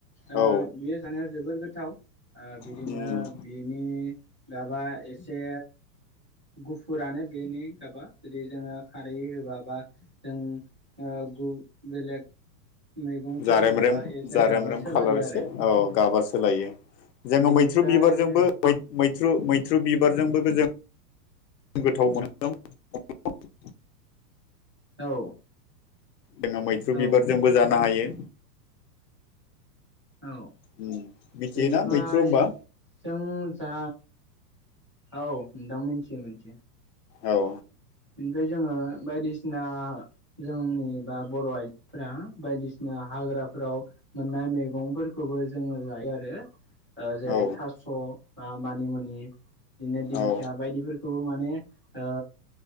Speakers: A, on the right (about 20°); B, on the left (about 80°).
A: ओ
B: औ
A: बेयो जानायाव जोबोर गोथाव ओ बिदिनो
B: उम
A: बिनि गाबा एसे गुफुरानो बेनि गाबा जुदि जोङो खारै होबा बा जों ओ गु बेलेग मैगंफोर
B: जारेमरेम
A: होब्लाबा एसे
B: जारेमरेम
A: गाबा सोलायो
B: खालार एसे
A: आरो
B: औ गाबा सोलायो जोङो
A: बेनिफ्राय
B: मैथ्रु बिबारजोंबो मै मैथ्रु मैथ्रु थ्रु बिबारजोंबो जों गोथाव मोनदों <unintelligible>
A: औ
B: जोङो मैथ्रु
A: औ
B: बिबारजोंबो जानो हायो
A: औ
B: उम मिथियोना
A: बेनिफ्राय
B: मैथ्रु होनबा
A: जों जा औ नोंथां मोनथियो मिथिया
B: औ
A: बेनिफ्राय जोङो बायदिसिना जोंनि बा बर' आइजोफोरा बायदिसिना हाग्राफोराव मोननाय मैगंफोरखौबो जोङो जायो आरो जेरै
B: औ
A: थास' मानिमुनि बिदिनो दिंखिया
B: औ
A: बायदिफोरखौबो माने ओ